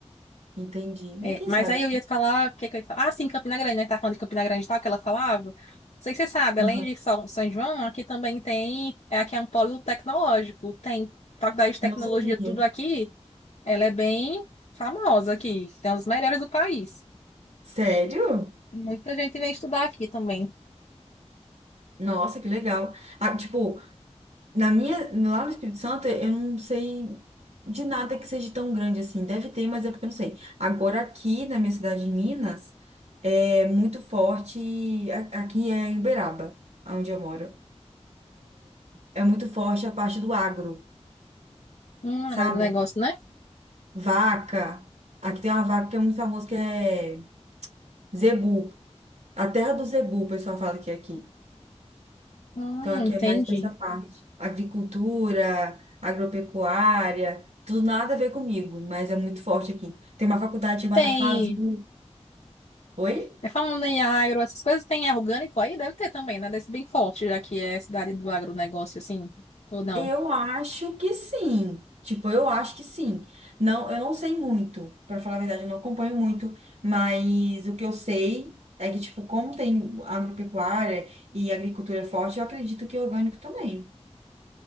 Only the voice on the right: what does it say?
entendi. Mas
quem
sabe?
Aham.
Não sabia.
Sério?
Nossa, que legal. Ah, tipo, Na minha, lá no Espírito Santo, eu não sei de nada que seja tão grande assim. Deve ter, mas é porque eu não sei. Agora, aqui na minha cidade de Minas, é muito forte. a- Aqui é em Uberaba, onde eu moro. É muito forte a parte do agro,
sabe?
Vaca. Aqui tem uma vaca que é muito famosa, que é zebu. A terra do zebu, o pessoal fala que é aqui.
Então, aqui
é mais essa parte. Agricultura, agropecuária, tudo nada a ver comigo, mas é muito forte aqui. Tem uma faculdade
chamada
FASU. Oi?
Eu acho que sim. Tipo, eu acho que sim. Não, eu não sei muito, para falar a verdade, eu não acompanho muito, mas o que eu sei é que, tipo, como tem agropecuária e agricultura forte, eu acredito que é orgânico também,